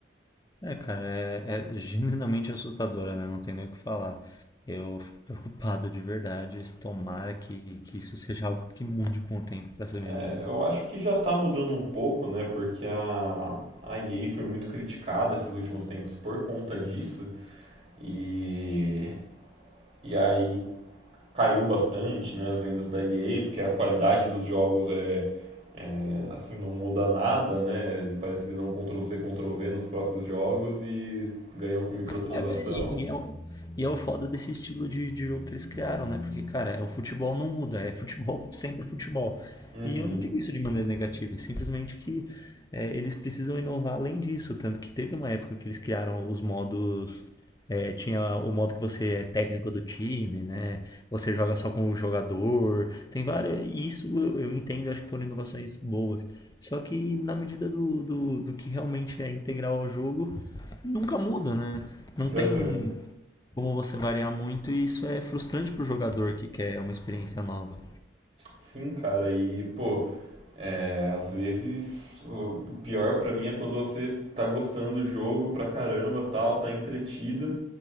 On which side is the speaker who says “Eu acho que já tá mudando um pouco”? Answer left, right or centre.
Right